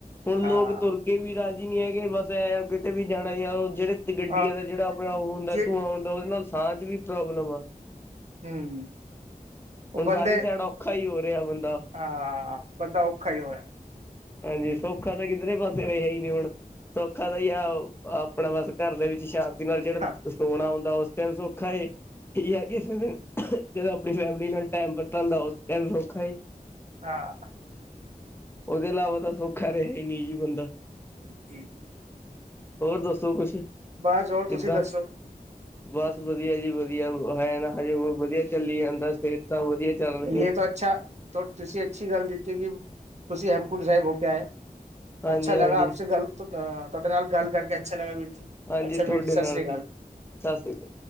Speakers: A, on the left (about 15°); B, on the right (about 50°).
A: ਹੁਣ
B: ਹਾਂ
A: ਲੋਕ ਤੁਰ ਕਿ ਵੀ ਰਾਜ਼ੀ ਨਹੀਂ ਹੈਗੇ ਬਸ ਐਂ ਕਿਤੇ ਵੀ ਜਾਣਾ ਜਾ ਉਹ ਜਿਹੜੇ, ਤੇ ਗੱਡੀਆਂ
B: ਹਾਂ
A: ਦਾ ਜਿਹੜਾ ਆਪਣਾ ਹੁੰਦਾ
B: ਜੇ
A: ਧੂੰਆਂ ਹੁੰਦਾ ਉਹਦੇ ਨਾਲ ਸਾਹ ਚ ਵੀ ਪ੍ਰੋਬਲਮ ਆ।
B: ਹਮ ਉਹ
A: ਹੁਣ
B: ਬੰਦੇ
A: ਸਾਰੀ ਸਾਈਡ ਔਖਾ ਹੀ ਹੋ ਰਿਹਾ ਬੰਦਾ।
B: ਹਾਂ ਬੰਦਾ ਔਖਾ ਹੀ ਹੋਇ
A: ਹਾਂਜੀ ਸੌਖਾ ਤਾਂ ਕਿੱਧਰੇ ਪਾਸੇ ਰਿਹਾ ਹੀ ਨੀ ਹੁਣ। ਸੌਖਾ ਤਾਂ ਹੀ ਆ ਆਪਣਾ ਬਸ ਘਰ ਦੇ ਵਿੱਚ ਸ਼ਾਂਤੀ ਨਾਲ ਜਿਹੜਾ
B: ਰਿਹਾ
A: ਸੋਣਾ ਹੁੰਦਾ ਉਸ, ਤੇਨੂ ਸੌਖਾ ਏ। ਇਹ ਹੈ ਕਿਸੇ ਦੇ ਜਦੋਂ ਆਪਣੀ ਫੈਮਿਲੀ ਨਾਲ ਟਾਈਮ ਵਰਤਾਦਾ ਉਸ ਟਾਈਮ ਸੌਖਾ ਏ।
B: ਹਾਂ
A: ਉਹਦੇ ਇਲਾਵਾ ਤਾਂ ਸੌਖਾ ਰਿਹਾ ਹੀ ਨਹੀਂ ਜੀ ਬੰਦਾ।
B: ਠੀਕ ਐ।
A: ਹੋਰ ਦੱਸੋ ਕੁਛ,
B: ਬਸ ਹੋਰ ਤੁਸੀਂ
A: ਕਿੱਦਾਂ,
B: ਦੱਸੋ
A: ਬਸ ਵਧੀਆ ਜੀ ਵਧੀਆ। ਵਧੀਆ ਹੈ ਨਾ ਹਜੇ ਉਹ ਵਧੀਆ ਚੱਲੀ ਜਾਂਦਾ ਸਿਹਤਾਂ ਵਧੀਆ ਚੱਲ ਰਹੀਆ।
B: ਇਹ ਤਾਂ ਅੱਛਾ ਤੁਸੀਂ ਅੱਛੀ ਗੱਲ ਦਿੱਤੀ ਕਿ ਤੁਸੀਂ ਹੇਮਕੁੰਟ ਸਾਹਿਬ ਹੋ ਕੇ ਆਏ।
A: ਹਾਂਜੀ
B: ਅੱਛਾ ਲਗਾ
A: ਹਾਂਜੀ
B: ਆਪਸੇ ਗੱਲ ਤੁਹਾਡੇ ਨਾਲ ਗੱਲ ਕਰਕੇ ਅੱਛਾ ਲਗਾ ਵੀਰ ਜੀ।
A: ਹਾਂਜੀ
B: ਅੱਛਾ
A: ਤੁਹਾਡੇ
B: ਵੀਰ ਜੀ ਸਤਿ
A: ਨਾਲ
B: ਸ੍ਰੀ ਅਕਾਲ
A: ਵੀ, ਸਤਿ ਸ਼੍ਰੀ ਅਕਾਲ।